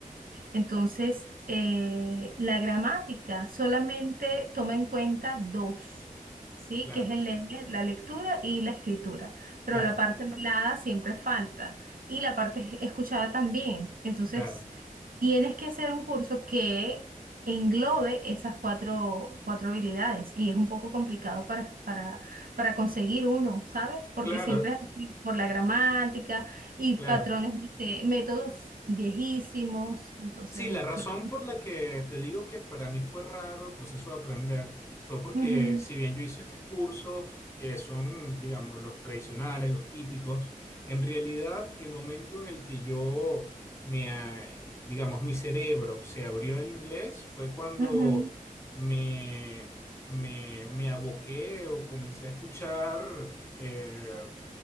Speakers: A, on the right; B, on the left.
A: Entonces, eh, la gramática solamente toma en cuenta dos, ¿sí?
B: Claro,
A: Que es el leer, la lectura y la escritura.
B: claro,
A: Pero la parte hablada siempre falta y la parte es- escuchada también. Entonces,
B: claro,
A: tienes que hacer un curso que englobe esas cuatro, cuatro habilidades y es un poco complicado para, para, para conseguir uno, ¿sabes? Porque
B: claro,
A: siempre por la gramática y
B: claro.
A: patrones, este, métodos viejísimos, entonces,
B: Sí, la razón
A: claro.
B: por la que te digo que para mí fue raro el proceso de aprender fue porque
A: Ujú,
B: si bien yo hice estos cursos que son, digamos, los tradicionales, los típicos, en realidad el momento en el que yo me, ah, digamos, mi cerebro se abrió al inglés fue cuando
A: ujú.
B: me, me, me aboqué o comencé a escuchar eh,